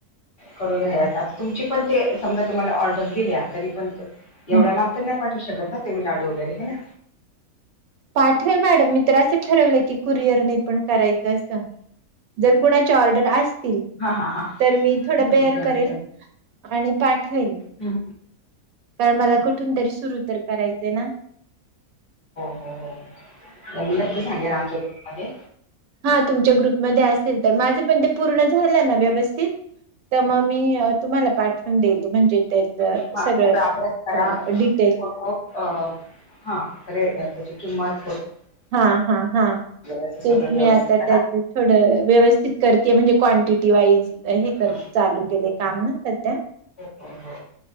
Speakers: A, on the left; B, on the right.
A: करूया हे. तुमची पण ते समजा तुम्हाला ऑर्डर दिल्या तरी पण त एवढा
B: हम्म
A: लांब त पाठवू शकत ना तुम्ही लाडू वगैरे हे ना?
B: पाठवेल मॅडम. मी तर असं ठरवलं की कुरिअर ने पन करायचं असं. जर कुणा च्या ऑर्डर आस् तील
A: हा हा हा हा
B: तर मी थोडं
A: बरोबर
B: बेअर
A: बरोबर
B: करेल. आणि पाठवेल.
A: हं.
B: कारण मला कुठून तरी सुरू तर करायचंय ना.
A: हो-हो, मन नक्की सांगेल आमच्या ग्रुप मध्ये.
B: हां तुमच्या ग्रुपमध्ये असेल त माझे पण ते पूर्ण झालं ना व्यवस् तीत त म मी तुम्हाला पाठवून देईल म्हणजे त्याच
A: हां <unintelligible>
B: सगळं
A: अभ्यास करा
B: अ
A: <unintelligible>
B: डिटेल
A: ओ अ हां त्याची किम्मत?
B: हां-हां-हां,
A: असं सगळं
B: तेच
A: व्यवस्थित
B: मी आता
A: करा
B: त्याचं थोडं व्यवस्थित कर ते म्हणजे क्वांटिटी वाईज हे कर
A: हो
B: चालू केले काम ना सध्या.
A: हो हो